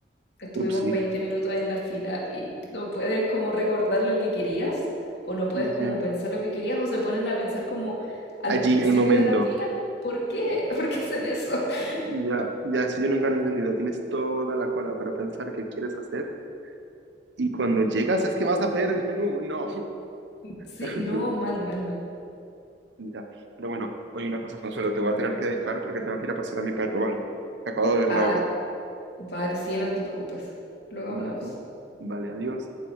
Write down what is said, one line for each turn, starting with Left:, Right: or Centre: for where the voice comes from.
Left: estuvimos
Right: Upsi.
Left: 20 minutos en la fila y no puedes como recordar lo que querías o no puedes
Right: Ya.
Left: como pensar lo que querías o se ponen a pensar como al
Right: Allí,
Left: principio
Right: el momento.
Left: de la fila, ¿por qué? <laughs> ¿Por qué hacen eso? <laughs>
Right: Ya, ya, eso yo nunca lo he entendido. Tienes toda la cola para pensar qué quieres hacer y cuando llegas es que vas a ver el menú. No.
Left: Sí,
Right: <laughs>
Left: no, mal, mal, mal.
Right: Ya. Pero bueno, oye, una cosa, Consuelo, te voy a tener que dejar porque tengo que ir a pasear a mi perro, ¿vale? Acabo de ver
Left: Ah,
Right: la hora.
Left: vale, sí, no te preocupes. Luego
Right: Y
Left: hablamos.
Right: nada, ¿no? Vale, adiós.